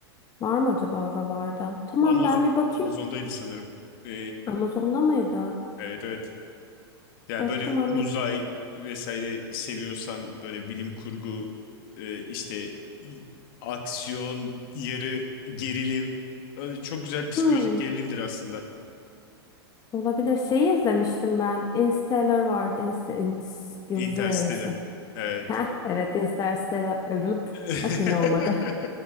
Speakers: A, on the left; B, on the left.
A: Var mı acaba oralarda? Tamam
B: Amazon
A: ben bir bakayım.
B: Amazon'daydı sanırım. E,
A: Amazon'da mıydı?
B: evet evet. Yani
A: Ha,
B: böyle
A: tamam
B: uzay
A: bir
B: vesaire seviyorsan böyle bilim kurgu e, işte y- aksiyon yarı gerilim e, çok güzel psikolojik
A: hmm,
B: gerilimdir aslında.
A: olabilir. Şeyi izlemiştim ben. Interstellar vardı. Inst Inst- Yıldızlar
B: Interstellar.
A: Arası.
B: Evet.
A: Heh, evet Interstellar. Ölüp.
B: <laughs>
A: Bak yine olmadı.